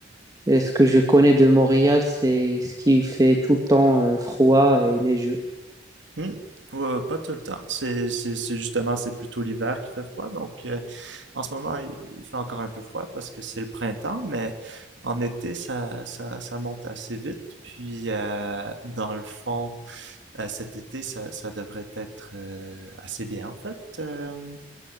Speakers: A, on the right; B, on the right.
A: Et ce que je connais de Montréal, c'est ce qui fait tout le temps euh, froid et neigeux.
B: Hmm. Ouais, pas tout le temps. C'est, c'est, c'est justement, c'est plutôt l'hiver qui fait froid. Donc, euh, en ce moment, il, il fait encore un peu froid parce que c'est le printemps, mais en été, ça, ça, ça monte assez vite. Puis, euh, dans le fond, euh, cet été, ça, ça devrait être euh, assez bien, en fait. Euh,